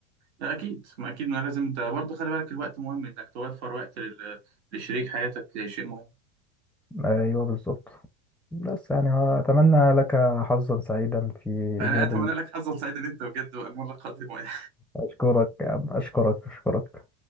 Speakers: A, on the right; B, in the centre.
A: لا اكيد ما اكيد ما لازم انت برضه خلي بالك الوقت مهم انك توفر وقت لل- لشريك حياتك شيء مهم
B: ايوه بالظبط بس يعني اتمنى لك حظا سعيدا في
A: انا
B: ايجاد
A: اتمنى
B: ال-
A: لك حظا سعيدا انت بجد والمره القادمه <laughs> يا
B: اشكرك يا عم، اشكرك اشكرك